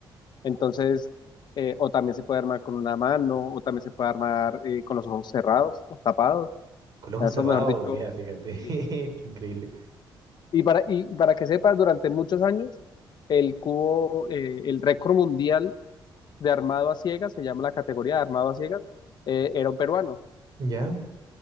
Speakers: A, on the left; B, on the right.
A: Entonces, eh, o también se puede armar con una mano, o también se puede armar eh, con los ojos cerrados, o tapados. O
B: Con los ojos
A: sea, Eso,
B: cerrados,
A: mejor dicho.
B: mira, fíjate,
A: eh,
B: <laughs> qué increíble.
A: y, para, y para que sepas, durante muchos años, el cubo, eh, el récord mundial de armado a ciegas, se llama la categoría de armado a ciegas, eh, era un peruano,
B: ¿Ya?